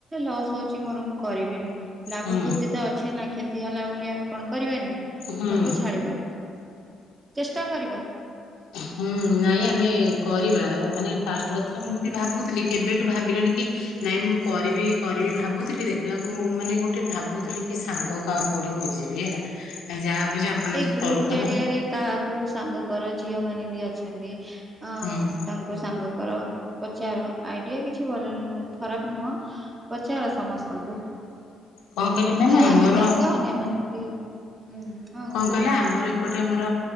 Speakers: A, on the right (about 30°); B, on the left (about 85°).
A: ଲସ୍ ଅଛି ମୋର ମୁଁ କରିବିନି ଲାଭ
B: ହୁଁ
A: କ୍ଷତି ତ ଅଛି ନା କ୍ଷ ହେଲା ବୋଲି ଆମେ କଣ କରିବାନି।
B: ହୁଁ
A: ତାକୁ ଛାଡ଼ିବ। ଚେଷ୍ଟା କରିବା।
B: ହୁଁ ନାଇଁ ଆମେ କରିବା ମାନେ ଫାଷ୍ଟ କଥାଥିଲା ମୁଁ ବି ଭାବୁଥିଲି କେବେଠୁ ଭାବିଲିଣି କି ନାଇଁ ମୁଁ କରିବି କରିବି ଭାବୁଥିଲି ଦେଖିଲାକୁ ମାନେ ଗୋଟେ ଭାବୁଥିଲି କି ସାଙ୍ଗ କାହାକୁ ଗୋଟେ ଖୋଜିବି ହେଲା ଯାହା ବୁଝା ଆପଣ
A: ଏଇ
B: ଆଜି
A: ଗ୍ରୁପ
B: କଲ୍ କଲେ
A: ଜରିଆରେ କାହାକୁ ସାଙ୍ଗ କରଛି। ଝିଅମାନୋନ ବି ଅଛନ୍ତି। ଆଉ
B: ହୁଁ
A: ତାଙ୍କୁ ସାଙ୍ଗ କର। ପଚାର ଆଇଡିଆ କିଛି ଭଲ ଖରାପ ନୁହଁ ପଚାର ସମସ୍ତଙ୍କୁ।
B: କଣ କହିଲେ ମ୍ୟାମ୍
A: ଖାଲି
B: ଆମର
A: ଆମେ କାହିଁକି ଅନ୍ୟ ମାନଙ୍କୁ ବି ହୁଁ ହଁ। କୁହନ୍ତୁ
B: କହିଲ ଆମର ଏପଟେ ଆମର